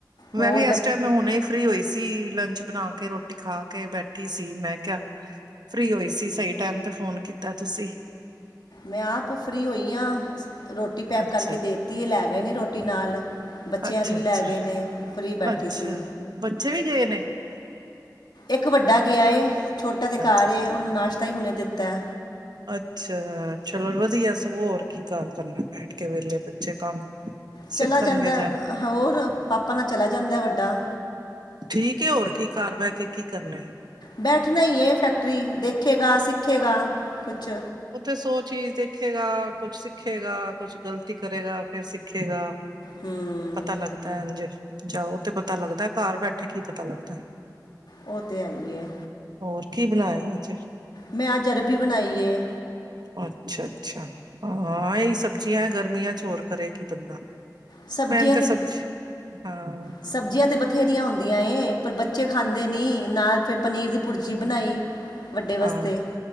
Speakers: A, on the left; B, on the right.
A: ਹੋਰ
B: ਮੈਂ ਵੀ ਐਸ
A: ਬ
B: ਟਾਈਮ ਹੁਨੇ ਈ ਫਰੀ ਹੋਈ ਸੀ, ਲੰਚ ਬਣਾ ਕੇ ਰੋਟੀ ਖਾ ਕੇ ਬੈਠੀ ਸੀ ਮੈਂ ਕਿਆ ਫਰੀ ਹੋਈ ਸੀ ਸਈ ਟੈਮ ਤੇ ਫੋਨ ਕੀਤਾ ਤੁਸੀਂ।
A: ਮੈਂ ਆਪ ਫਰੀ ਹੋਈ ਆਂ, ਰੋਟੀ ਪੈਕ
B: ਅੱਛਾ,
A: ਕਰਕੇ ਦੇਤੀ ਏ ਲੈ ਗਏ ਨੇ ਰੋਟੀ ਨਾਲ। ਬੱਚਿਆਂ
B: ਅੱਛਾ,
A: ਦੀ ਵੀ
B: ਅੱਛਾ,
A: ਲੈ ਗਏ ਨੇ, ਫਰੀ ਬੈਠੀ
B: ਅੱਛਾ
A: ਸੀ।
B: ਬੱਚੇ ਵੀ ਗਏ ਨੇ?
A: ਇੱਕ ਵੱਡਾ ਗਿਆ ਏ, ਛੋਟਾ ਤੇ
B: ਅੱਛਾ।
A: ਘਰ ਏ ਓਨੂੰ ਨਾਸ਼ਤਾ ਈ ਹੁਨੇ ਦਿੱਤੈ।
B: ਅੱਛਾ, ਚਲੋ ਵਦੀਆ ਐ ਸਗੋ ਹੋਰ ਕੀ ਘਰ ਕਰਨਾ ਬੈਠ ਕੇ ਵੇਲੇ ਬੱਚੇ ਕੰਮ
A: ਚਲਾ
B: ਸਿੱਖਣਗੇ
A: ਜਾਂਦਾ,
B: ਜਾਂ
A: ਹੋਰ ਪਾਪਾ ਨਾਲ ਚਲਾ ਜਾਂਦਾ ਵੱਡਾ।
B: ਠੀਕ ਏ ਹੋਰ ਕੀ ਘਰ ਬਹਿ ਕੇ ਕੀ ਕਰਨਾ।
A: ਬੈਠਣਾ ਈ ਏ ਫੈਕਟਰੀ, ਦੇਖੇਗਾ ਸਿੱਖੇਗਾ ਕੁਛ
B: ਓਥੇ ਸੌ ਚੀਜ਼ ਦੇਖੇਗਾ, ਕੁਛ ਸਿੱਖੇਗਾ ਕੁਛ ਗ਼ਲਤੀ ਕਰੇਗਾ ਫਿਰ ਸਿੱਖੇਗਾ।
A: ਹੂੰ
B: ਪਤਾ ਲੱਗਦਾ ਇੰਝ ਜਾਓ ਤੇ ਪਤਾ ਲੱਗਦਾ ਘਰ ਬੈਠੇ ਕੀ ਪਤਾ ਲੱਗਦਾ।
A: ਉਹ ਤੇ ਹੈਂ ਈ ਏ।
B: ਹੋਰ ਕੀ, ਬਣਾਇਆ ਅੱਜ?
A: ਮੈਂ ਅੱਜ ਅਰਬੀ ਬਣਾਈ ਏ।
B: ਅੱਛਾ -ਅੱਛਾ ਹਾਂ, ਇਹੀ ਸਬਜ਼ੀਆਂ ਗਰਮੀਆਂ ਚ ਹੋਰ ਕਰੇ ਕੀ ਬੰਦਾ।
A: ਸਬਜ਼ੀਆਂ
B: ਮੈਨੂੰ
A: ਤੇ
B: ਸਬਜ਼ੀ ਹਾਂ
A: ਸਬਜ਼ੀਆਂ ਤੇ ਬਥੇਰੀਆਂ ਹੁੰਦੀਆਂ ਏ, ਪਰ ਬੱਚੇ ਖਾਂਦੇ ਨਹੀਂ, ਨਾਲ ਫਿਰ ਪਨੀਰ ਦੀ ਭੁਰਜੀ ਬਣਾਈ। ਵੱਡੇ ਵਾਸਤੇ
B: ਹਾ